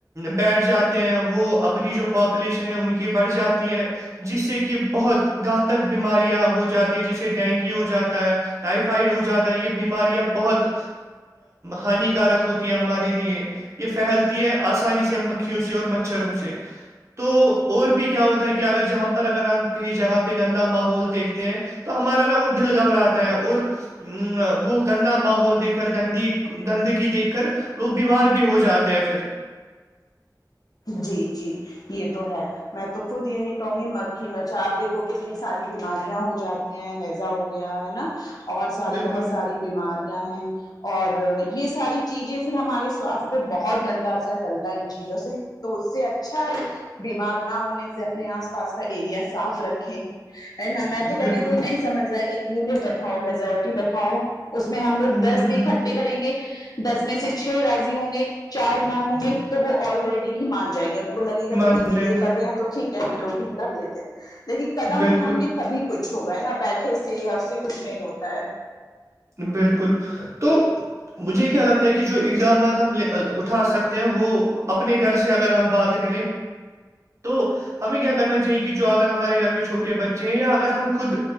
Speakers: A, on the right; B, on the left.
A: بیٹھ جاتے ہیں وہ اپنی جو پاپولیشن ہے ان کی بڑھ جاتی ہے جس سے کہ بہت گھاتک بیماریاں ہوتی جاتی ہے جیسے ڈینگی ہو جاتا ہے ٹائفائڈ ہو جاتا ہے یہ بیماریاں بہت ہانیکارک ہوتی ہے ہمارے لیے یہ فہل ہے آسانی سے مکھیوں سے اور مچھروں سے تو اور بھی کیا ہوتا ہے کہ اگر جی یہاں پر اگر ہم کہیں جگہ پہ گندا ماحول دیکھتے ہیں تو ہمارا نا وہ دل گم رہا ہے اور ا وہ گندا ماحول دیک کر گندی گندگی دیکھ کر لوگ بیمار بھی ہو جاتے ہیں پھر
B: جی جی یہ تو ہے میں تو خود یہی کہوں گی مکھی مچا آپ دیکھو کتنی ساری بیماریاں ہو جاتی ہیضا ہو گیا ہے نا اور ساری
A: بالکل
B: بہت ساری بیماریاں ہیں اور یہ ساری چیزیں پھر ہمارے سواستھ پہ بہت گندا اثر ڈلتا ان چیزوں سے تو اس سے اچھا ہے بیمار نہ ہونے سے اپنے آس پاس کا ایریا صاف رکھیں ہے نا میں تو کہہ
A: بالکل
B: رہی ہوں کوئی نہیں سمج رہا ہے ایک یونٹ بیٹھاؤ میجورٹی بیٹھاؤ اس میں ہم لوگ
A: ہوں
B: دس
A: ہوں ہوں
B: بھیٹا
A: ہوں
B: کریں گے دس میں سے چھ راضی ہوں گے چار نہ ہوں گے تو وہ آلریڈی ہی مان جائیں گے ان کو لگےا
A: مان
B: جب ان
A: جائیں
B: یہ کر
A: گے
B: رہے ہیں تو ٹھیک ہے ہم لوگ بھی کر لیتے لیکن قدم
A: بالکل
B: اٹھائیں گے تو تبھی کچھ ہوگا ہے نا بیٹھے سے یا اس سے کچھ نہیں ہوتا ہے
A: بالکل تو مجھے کیا لگتا ہے کہ جو اقدامات ہمے اٹھا سکتے ہیں وہ اپنے گھر سے اگر ہم بات کریں تو ہمیں کیا کرنا چاہیے کہ کہ جو اگر ہمارے گھر میں چھوٹے بچے ہیں یا اگر ہم خود